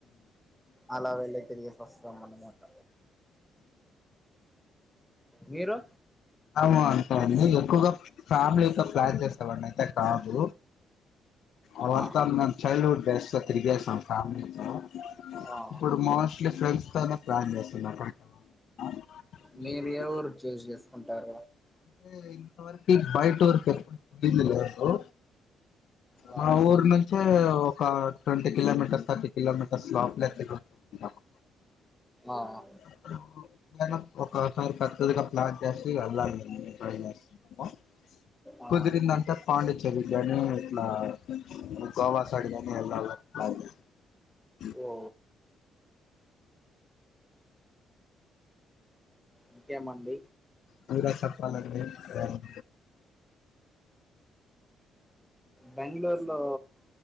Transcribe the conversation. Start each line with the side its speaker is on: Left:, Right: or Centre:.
Centre: అలా వెళ్ళి తిరిగేసి వస్తాం అన్నమాట మీరు?
Left: అవు అంతే అండి ఎక్కువగా ఫ్యామిలీ తో ప్లాన్ చేస్తామని అయితే కాదు. అవుంత
Centre: ఆ
Left: మేం చైల్డ్హుడ్ డేస్ తిరిగేషం ఫ్యామిలీ తో
Centre: ఆ
Left: ఇప్పుడు మోస్ట్లీ ఫ్రెండ్స్ తోనే ప్లాన్ చేస్తున్నాం అండి
Centre: మీరు
Left: అ
Centre: ఏ ఊరు చూస్ చేసుకుంటారా
Left: అంటే ఇంతవరకు బయట తోరి తో ఎప్పుడు పోయింది లేదు
Centre: ఆ
Left: మా ఊరు నుంచే ఒక ట్వంటీ కిలోమీటర్స్, థర్టీ కిలోమీటర్స్ లోపలే మాకు
Centre: ఆహ్
Left: ఇప్పుడు అవ్వు ఎంతయినా ఒకసారి కరెక్ట్ గా ప్లాన్ చేసి వెళ్ళాలం ట్రై చేస్తాము.
Centre: ఆ
Left: కుదిరిందంతా పాండిచెర్లనే ఆహ్ గోవా సైడ్ గాని వెళదామని ట్రై చేసినమ్
Centre: ఓ ఇంకేం అండి
Left: మీరే చెప్పాలి ఉండి ఏమన
Centre: బెంగళూరు లో